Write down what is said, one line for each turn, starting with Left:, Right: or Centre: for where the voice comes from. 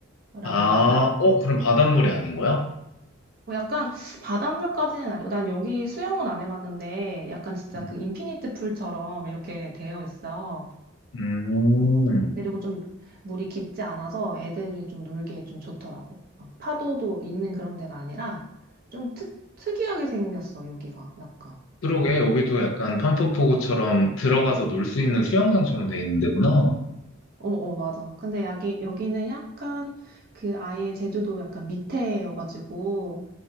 Right: 라고
Left: 아
Right: 해야 되나?
Left: 어 그럼 바닷물이 아닌 거야?
Right: 뭐 약간 바닷물까지는 아니고, 난 여기 수영은 안 해봤는데, 약간 진짜
Left: 음.
Right: 그 인피니트 풀처럼 이렇게 되어 있어.
Left: 음.
Right: 음. 그리고 좀 물이 깊지 않아서 애들이 좀 놀기에 좀 좋더라고. 막 파도도 있는 그런 데가 아니라 좀 특, 특이하게 생겼어, 여기가. 약간.
Left: 그러게
Right: 음.
Left: 여기도 약간 판포포구처럼 들어가서 놀 수 있는 수영장처럼 돼 있는 데구나.
Right: 어, 어, 맞아. 근데 여기, 여기는 약간 그 아예 제주도 약간 밑에여가지고